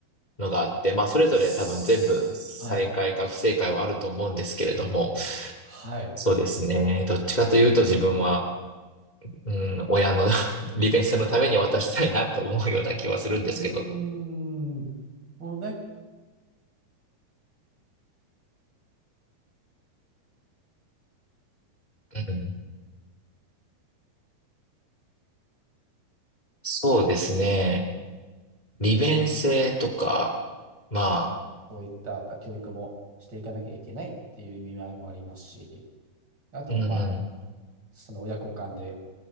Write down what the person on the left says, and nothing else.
のがあって、まあそれぞれ多分全部正解か不正解はあると思うんですけれども、
そうですね。どっちかというと自分は、うん、親の <laughs> 利便性のために渡したいなと思うような気はするんですけど、
うん、そうですね。利便性とか、まあ、
うんうん、